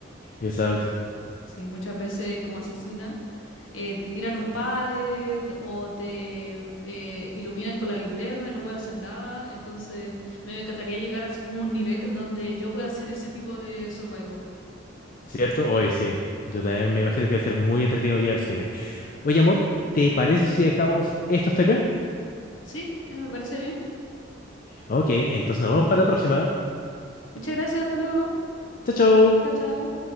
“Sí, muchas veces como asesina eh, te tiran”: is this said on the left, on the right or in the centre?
Left